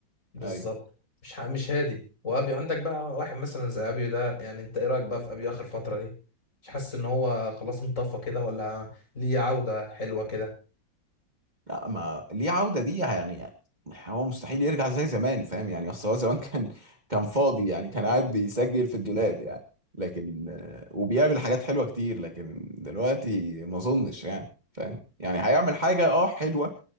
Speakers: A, on the left; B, on the right.
A: بالظبط
B: ايوه
A: مش ح- مش هادي وابيو عندك بقى واحد مثلا زي ابيو ده يعني انت ايه رايك بقى في ابيو اخر فتره دي مش حاسس ان هو خلاص انطفى كده ولا ليه عوده حلوه كده
B: لا ما ليه عودة دي يعني يعني هو مستحيل يرجع زي زمان فاهم يعني اصل هو زمان <laughs> كان كان فاضي يعني كان قاعد بيسجل في الدولاب يعني لكن آه، وبيعمل حاجات حلوة كتير لكن دلوقتي ما اظنش يعني فاهم يعني هيعمل حاجة اه حلوة